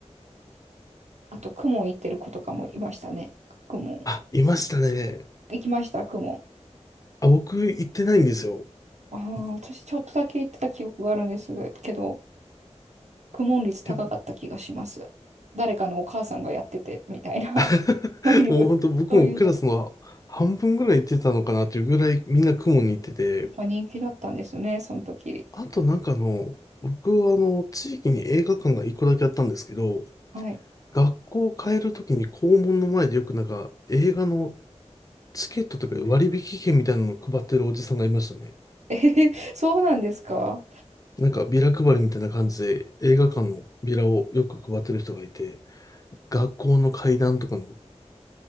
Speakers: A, on the right; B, on the left.
A: あと、公文行ってる子とかもいましたね。公文。
B: あ、いましたね。
A: 行きました、公文。
B: あ、僕行ってないんですよ。
A: ああ、私ちょっとだけ行ってた記憶があるんですけど、公文率高かった気がします。
B: で
A: 誰かのお母さんがやってて、みたいな。
B: <laughs>
A: <laughs> そういう、
B: もう本当僕もクラスの半分ぐらい行ってたのかなっていうぐらいみんな公文に行ってて、
A: そういうので、やっぱ人気だったんですね、その時。
B: あとなんかあの、僕はあの、地域に映画館が一個だけあったんですけど、
A: はい。
B: 学校を変えるときに校門の前でよくなんか映画のチケットとか割引券みたいなのを配ってるおじさんがいましたね。
A: えへへそうなんですか
B: なんかビラ配りみたいな感じで映画館のビラをよく配ってる人がいて、学校の階段とかの